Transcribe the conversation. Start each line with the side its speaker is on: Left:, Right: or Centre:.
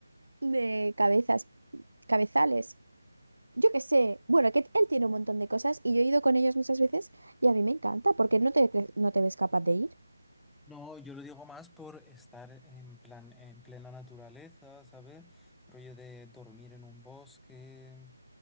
Right: de cabezas, cabezales. Yo qué sé, bueno, que él tiene un montón de cosas y yo he ido con ellos muchas veces y a mí me encanta porque no te, cre- no te ves capaz de ir.
Centre: No, yo lo digo más por estar en plan, en plena naturaleza, ¿sabes? Rollo de dormir en un bosque,